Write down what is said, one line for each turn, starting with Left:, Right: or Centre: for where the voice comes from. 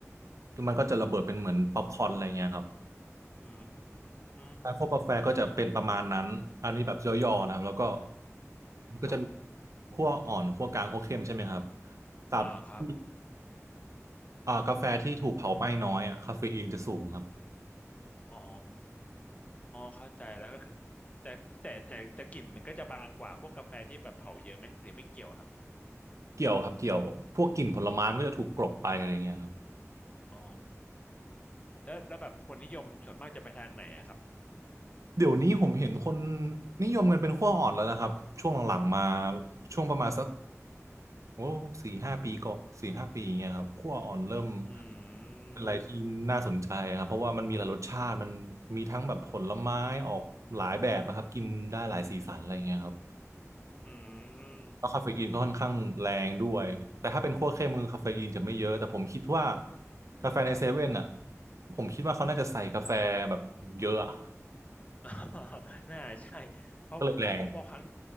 Right: มันก็จะระเบิดเป็นเหมือนป๊อปคอร์นอะไรเงี้ยครับ
Left: อืม
Right: การคั่วกาแฟก็จะเป็นประมาณนั้นอันนี้แบบย่อๆนะครับแล้วก็มันก็จะมี
Left: ครับ
Right: คั่วอ่อนคั่วกลางคั่วเข้มใช่ไหมครับตราบที่
Left: อ่าครับ
Right: อ่ากาแฟที่ถูกเผาไหม้น้อยอะคาเฟอีนจะสูงครับ
Left: อ๋อเข้าใจแล้วก็คือแต่แต่แต่แต่กลิ่นมันก็จะบางกว่าพวกกาแฟที่แบบเผาเยอะไหมหรือไม่เกี่ยวครับ
Right: เกี่ยวครับเกี่ยวพวกกลิ่นผลไม้มันก็จะถูกกลบไปอะไรเงี้ยครับ
Left: อ๋อแล้วแล้วแบบคนนิยมส่วนมากจะไปทางไหนอะครับ
Right: เดี๋ยวนี้ผมเห็นคนนิยมกันเป็นขั้วอ่อนแล้วนะครับช่วงหลังๆมาช่วงประมาณสักโอ้สี่ห้าปีก่อนสี่ห้าปีอย่างเงี้ยครับขั้วอ่อนเริ่ม
Left: อื
Right: เป็นอะไรที่น่าสนใจครับเพราะว่ามันมีหลายรสชาติมันมีทั้งแบบผลไม้ออกหลายแบบนะครับกินได้หลายสีสันอะไรเงี้ยครับ
Left: มอืม
Right: แล้วคาเฟอีนก็ค่อนข้างแรงด้วย แต่ถ้าเป็นคั่วเข้มคือคาเฟอีนจะไม่เยอะ แต่ผมคิดว่ากาแฟในเซเว่นอ่ะ ผมคิดว่าเขาน่าจะใส่กาแฟแบบเยอะอะ
Left: <laughs> น่าใช่เพราะเพราะเพราะเพราะครั้ง
Right: ก็เลยแรง